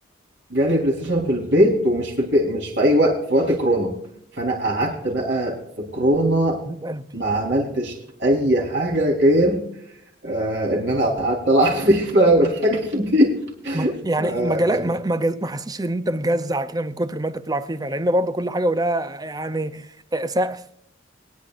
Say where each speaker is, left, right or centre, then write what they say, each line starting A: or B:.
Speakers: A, on the right (about 60°); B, on the right (about 20°).
A: جالي بلاي ستيشن في البيت ومش في البيت مش في اي وقت في وقت كورونا فانا قعدت بقى في كورونا
B: حبيب قلبي
A: ما عملتش اي حاجه غير آه ان انا قعدت العب <laughs> فيفا والحاجات دي
B: ما- يعني
A: آه
B: ما جالك
A: كان
B: ما ما جز- ما حسيتش ان انت مجزع كده من كتر ما انت بتلعب فيفا لان برضه كل حاجه ولها يعني آه، سقف